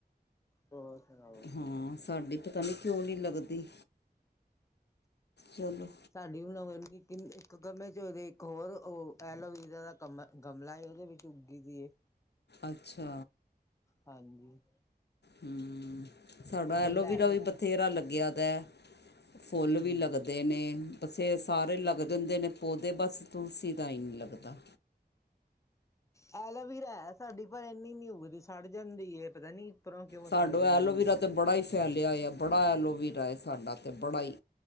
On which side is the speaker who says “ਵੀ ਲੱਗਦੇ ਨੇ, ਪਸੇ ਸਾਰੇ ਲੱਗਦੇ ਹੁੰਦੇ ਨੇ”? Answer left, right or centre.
Left